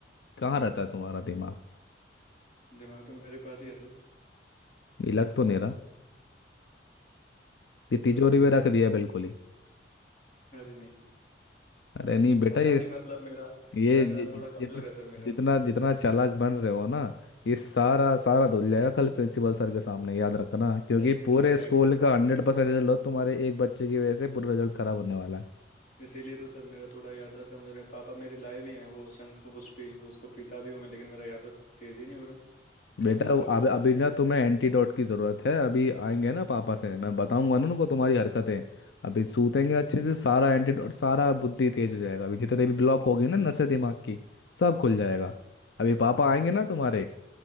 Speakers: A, on the left; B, on the left.
A: कहाँ रहता है तुम्हारा दिमाग
B: दिमाग तो मेरे पास ही है सर
A: ये लग तो नहीं रहा ये तिजोरी
B: अभी
A: में रख
B: कैसे
A: दिया बिल्कुल ही
B: अरे नहीं
A: अरे नहीं बेटा
B: पता
A: ये
B: नहीं मतलब मेरा
A: ये
B: याददाश्त
A: जि-
B: थोड़ा
A: जि-
B: कमजोर
A: जित-
B: है सर मेरा
A: जितना जितना चालाक बन रहे हो ना ये सारा सारा धुल जाएगा कल प्रिंसिपल सर के सामने याद रखना क्योंकि
B: अरे नहीं
A: पूरे
B: सर
A: स्कूल
B: एक-
A: का हंड्रेड परसेंट रिजल्ट हो तुम्हारे एक बच्चे की वजह से पूरा रिजल्ट खराब होने वाला है
B: इसीलिए तो सर मेरा थोड़ा याददाश्त कमजोर है पापा मेरे लाए भी हैं वो शंख पुष्पी उसको पीता भी हूं मैं लेकिन मेरा याददाश्त तेज ही नहीं हो रहा कमजोर
A: बेटा हम्म।
B: का
A: अब
B: कमजोरी
A: अभी ना
B: है
A: तुम्हें एंटीडोट की जरूरत है अभी आएंगे ना पापा से मैं बताऊंगा ना उनको तुम्हारी हरकतें अभी सूतेंगे अच्छे से सारा एंटीडोट सारा बुद्धि तेज हो जाएगा अभी जितने भी ब्लॉक होगी ना नसें दिमाग की सब खुल जाएगा अभी पापा आएंगे ना तुम्हारे